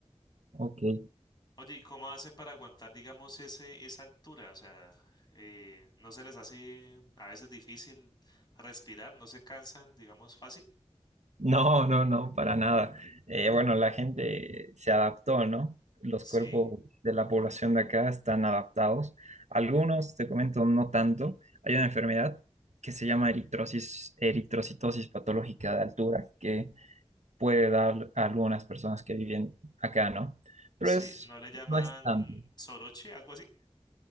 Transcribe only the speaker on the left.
Oye, ¿y cómo hacen para aguantar, digamos, ese, esa altura? O sea, eh, ¿no se les hace a veces difícil respirar? ¿No se cansan, digamos, fácil?
Sí,
sí.
¿No le llaman
soroche, algo así?